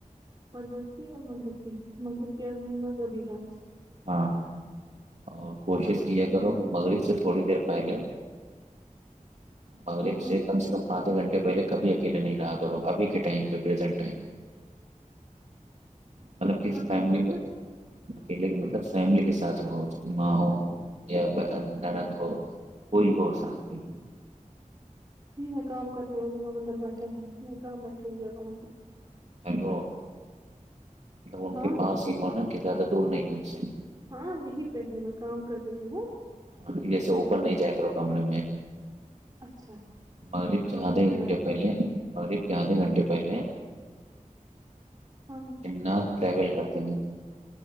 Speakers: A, on the right (about 30°); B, on the right (about 55°).
A: فجر کی اور مغرب کی مغرب کی عنیم ابھی ہے
B: ہاں ہاں اور کوشش
A: مطلب
B: کیا
A: اس کے
B: کرو
A: بعد
B: کہ مغرب سے تھوڑی دیر پہلے مل
A: ہاں ہاں
B: سے کم سےم آھے گھنٹے پہل کبھی اکیے نہیں رہا کر ہوں ابھی کے ٹائم پریزینٹ ٹائم مطلب کسی
A: اکیلے
B: فیملی
A: مطلب
B: میں اکیلے کے مطلب فیملی کے ساتھ رہ ماں ہو یا نانند ہو کوئی ہو سات میں
A: جی میں کام کر رہی ہوںی وہاں اندر بیٹھے ہیں میں کہاں بیٹھوں گیب وہاں پہ
B: ہیلو ان
A: ہاں
B: کے پاس ہی ہوا نا کہ زیادہ دور نہیں ان سے
A: ہاں یہیں پہ ہوں میں کام کر رہی ہوں
B: ابھی جیسے
A: وہ
B: اوپر
A: یہی۔
B: نہیں جائے کرو کمرے میں
A: اچھا
B: مغرب
A: اب
B: کے
A: مجھے
B: آدھے
A: ڈر
B: گھنٹے
A: آ رہی
B: پہلے
A: ہے
B: مغرب کے آدھے گھنٹے پہلے
A: ہاں
B: نہ ٹریول کرتے ہیں